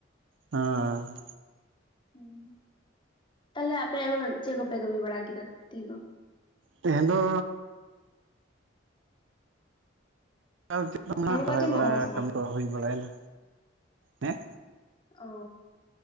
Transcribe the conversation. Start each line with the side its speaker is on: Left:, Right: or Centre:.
Right: ᱚᱸᱻ᱾
Left: ᱦᱩᱸᱻ᱾ ᱛᱟᱦᱚᱞᱮ ᱟᱯᱮ ᱟᱫᱚ ᱪᱮᱫ ᱠᱚᱯᱮ ᱠᱟᱹᱢᱤ ᱵᱟᱲᱟ ᱠᱮᱫᱟ ᱛᱮᱦᱤᱧ ᱫᱚ?
Right: ᱛᱮᱦᱮᱧ ᱫᱚ ᱪᱮᱫ ᱦᱚᱱᱟᱜ
Left: ᱨᱚᱲ ᱠᱚ
Right: ᱨᱚᱦᱚᱭ
Left: ᱟᱸᱡᱚᱢᱚᱜ
Right: ᱵᱟᱲᱟ
Left: ᱠᱟᱱᱟ ᱥᱮ
Right: ᱠᱟᱹᱢᱤ
Left: ᱵᱟᱝ
Right: ᱠᱚ ᱦᱩᱭ ᱵᱟᱲᱟᱭᱮᱱᱟ ᱦᱮᱸ
Left: ᱚᱻ